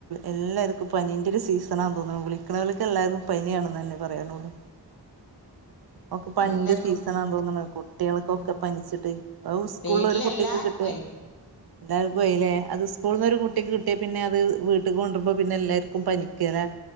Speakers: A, on the right; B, on the left.
A: എല്ലാർക്കും പനി രു സീസണാ തോനൂ വിളിക്കണലോക്ക് എല്ലാരും പനിയാണ് നന്നേ പറയണുള്ളു ഒക്കെ പനിന്റെ
B: എല്ലാർക്കും
A: സീസണാ
B: പനി
A: തോനുണ് കുട്ട്യൾകൊക്ക
B: ഉം
A: പന്ച്ചിട്ട് സ്കൂൾ
B: വീട്ടിലെല്ലാർക്കുവേ
A: ഒരു കുട്ടിക്ക് കിട്ടിയ എല്ലാർക്കും യില്ലേ അത് സ്കൂൾന്ന് ഒരു കുട്ടിക്ക് കി ട്ടിയ പിന്ന അത് വീട്ട്ക് കൊണ്ടു വരുമ്പോ പിന്നെ എല്ലാർക്കും പനിക്കലെ